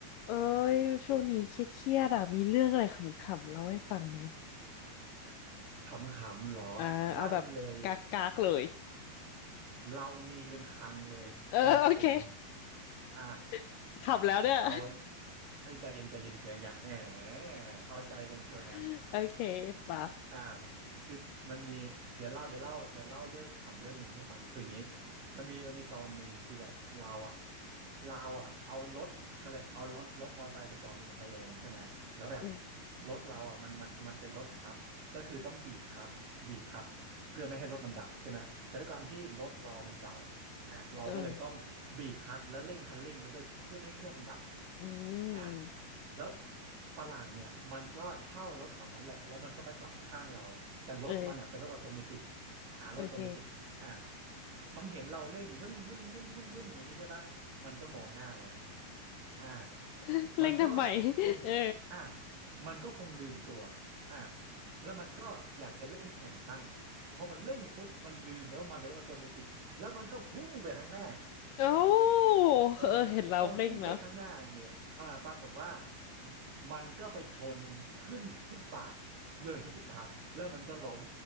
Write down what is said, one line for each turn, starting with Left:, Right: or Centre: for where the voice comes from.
Left: เอ้ยช่วงนี้เครียดๆอ่ะมีเรื่องอะไรขำๆเล่าให้ฟังไหม
Right: ขำๆเหรอได้เลย
Left: อ่าเอาแบบกากๆเลย
Right: เรามีเป็นคลังเลยเต็มสตรีม
Left: เออ <laughs> โอเค
Right: อ่ะ
Left: <laughs> ขำแล้วเนี่ย
Right: เอาไอ้ยใจเย็นใจเย็นยังยังแหมเอาใจกันเชียวนะ
Left: <laughs> โอเคป่ะ
Right: อ่าคือมันมีเดี๋ยวเล่าเดี๋ยวเล่าเดี๋ยวเล่าเรื่องขำเรื่องหนึ่งให้ฟังคืออย่างนี้มันมีมันมีตอนหนึ่งคือแบบเราอ่ะเราอ่ะเอารถเขาเลยเอารถรถมอเตอร์ไซค์ไปจอดอยู่ตรงไฟแดงใช่ไหมแล้วแบบ
Left: อืม
Right: รถเราอ่ะมันมันมันเป็นรถคับก็คือต้องบีบคับบีบคับเพื่อไม่ให้รถมันดับใช่ไหมแต่ด้วยความที่รถเรามันเก่าอ่ะเราก็เลยต้องบีบคลัตช์และเร่งคันเร่งไปด้วยเพื่อไม่ให้เครื่องมันดับ
Left: เอออืม
Right: อ่ะ แล้วฝรั่งเนี่ยมันก็เช่ารถแถวนั้นแหละแล้วมันก็มาจอดข้างเราแต่รถมันอ่ะเป็นรถออโตเมติก
Left: เออ
Right: อ่ารถออโตเมติกอ่า
Left: โอเค
Right: มันเห็นเราเร่งมึนมึนมึนมึนมึนอย่างงี้ใช่ปะมันก็มองหน้าเราอ่า
Left: <laughs> เร่งทำไม
Right: มันก็คง
Left: เออ
Right: อ่ามันก็คงลืมตัวอ่าแล้วมันก็อยากจะเร่งแข่งบ้างพอมันเร่งปุ๊บมันลืมไปว่ามันเป็นรถออโตเมติกแล้วมันก็พุ่งไปข้างหน้า
Left: เอ้า
Right: เออ
Left: เออเห็นเราเร่งแล้ว
Right: พอมันพุ่งไปข้างหน้าเนี่ยอ่าปรากฏว่าอืมมันก็ไปชนขึ้นฟุตบาทเลยฟุตบาทแล้วมันก็ล้ม